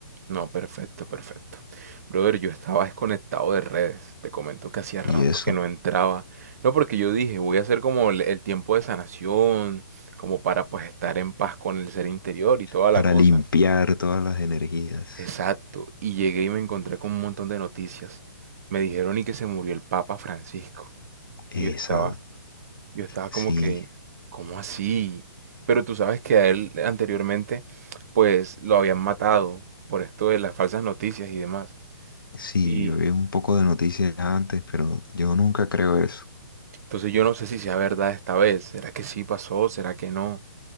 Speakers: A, on the right; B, on the left.
A: No, perfecto, perfecto. Brother, yo estaba desconectado de redes. Te comento que hacía rato
B: Y eso,
A: que no entraba. No, porque yo dije, voy a hacer como el, el tiempo de sanación, como para pues estar en paz con el ser interior y toda
B: para
A: la cosa.
B: limpiar todas las energías.
A: Exacto. Y llegué y me encontré con un montón de noticias. Me dijeron y que se murió el Papa Francisco.
B: Esa.
A: Y yo estaba, Yo estaba como
B: Sí,
A: que, ¿cómo así? Pero tú sabes que a él anteriormente, pues lo habían matado por esto de las falsas noticias y demás.
B: sí,
A: Y
B: yo vi un poco de noticias antes, pero yo nunca creo eso.
A: entonces yo no sé si sea verdad esta vez. ¿Será que sí pasó? ¿Será que no?